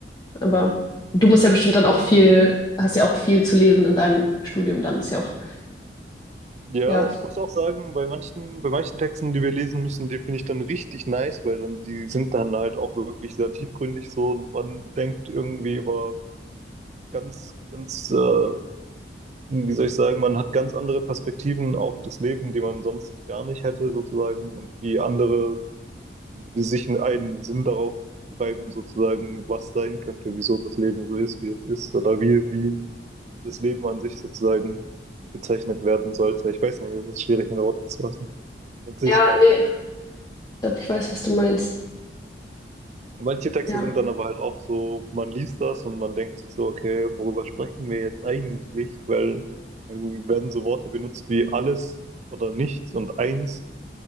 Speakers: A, on the left; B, on the right.
A: Aber du musst ja bestimmt dann
B: Ja.
A: auch viel, hast ja auch viel zu lesen in deinem Studium, dann ist ja auch,
B: Ja,
A: ja.
B: ich muss auch sagen, bei manchen, bei manchen Texten, die wir lesen müssen, die finde ich dann richtig nice, weil dann die sind dann halt auch wirklich sehr tiefgründig so und man denkt irgendwie über ganz, ganz, äh, wie soll ich sagen, man hat ganz andere Perspektiven auf das Leben, die man sonst gar nicht hätte sozusagen und wie andere wie sich einen Sinn darauf reimen, sozusagen, was sein könnte, wieso das Leben so ist, wie es ist, oder wie, wie das Leben an sich sozusagen bezeichnet werden sollte. Ich weiß nicht, das ist schwierig in Worte zu fassen. An sich,
A: Ja, nee, ich glaube, ich weiß, was du meinst.
B: manche Texte
A: Ja.
B: sind dann aber halt auch so, man liest das und man denkt sich so, okay, worüber sprechen wir jetzt eigentlich? Weil dann werden so Worte benutzt wie alles oder nichts und eins.